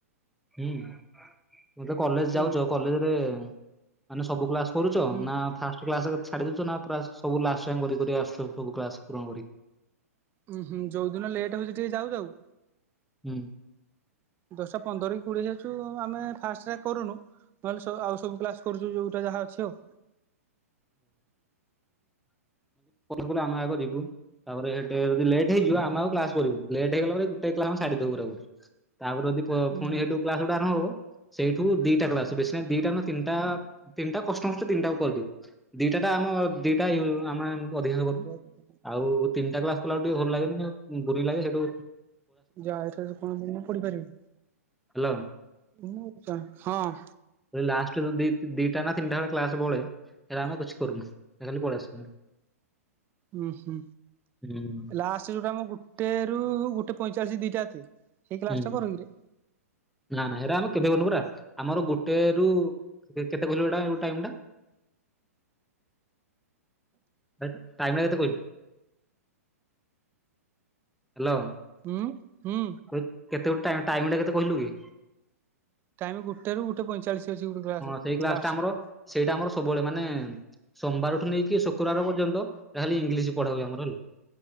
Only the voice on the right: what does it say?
ହୁଁ
ହୁଁ
ଉଁ ହୁଁ ଯୋଉଦିନ ଲେଟ୍ ହଉଚି ଟିକେ ଯାଉ ଯାଉ
ଦଶଟା ପନ୍ଦର କି କୋଡିଏ ଯାଉଚୁ ଆମେ ଫାଷ୍ଟରେ କରୁନୁ। ନହେଲେ ସ ଆଉ ସବୁ କ୍ଲାସ କରୁଚୁ ଯୋଉଟା ଯାହା ଅଛି ଆଉ।
ହୁଁ
ହୁଁ
ଯାହା
ଯାଏ <unintelligible> କଣ ମୁଁ ପଢିପାରିବ
ମୁଁ ତା ହଁ।
ଉଁ ହୁଁ
ଲାଷ୍ଟ ଯୋଉଟା ମୁଁ କ୍ ଗୋଟେ ରୁ ଗୋଟେ ପଇଁଚାଳିଶ ଦିଟା ଏତେ ସେଇ କ୍ଲାସ
ଟା କରିକିରେ?
ଉଁ ହୁଁ।
ଟାଇମ ଗୋଟେ ରୁ ଗୋଟେ ପଇଁଚାଳିଶ ଅଛି ଗୋଟେ କ୍ଲାସ
ଲାଷ୍ଟ
ଟା।